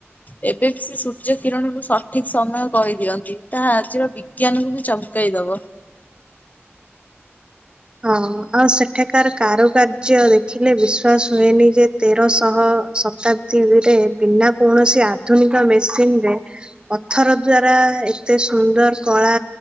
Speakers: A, on the left; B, on the right.
A: ଏବେ ବି ସେ ସୂର୍ଯ୍ୟ କିରଣରୁ ସଠିକ ସମୟ କହିଦିଅନ୍ତି ତା ଆଜିର ବିଜ୍ଞାନକୁ ବି ଚମକେଇ ଦବ
B: ହଁ ଆଉ ସେଠାକାର କାରୁକାର୍ଯ୍ୟ ଦେଖିଲେ ବିଶ୍ଵାସ ହୁଏନି ଯେ ତେରଶହ ଶତାବ୍ଦୀରେ ବିନା କୌଣସି ଆଧୁନିକ ମେସିନ ରେ ପଥର ଦ୍ଵାରା ଏତେ ସୁନ୍ଦର କଳା।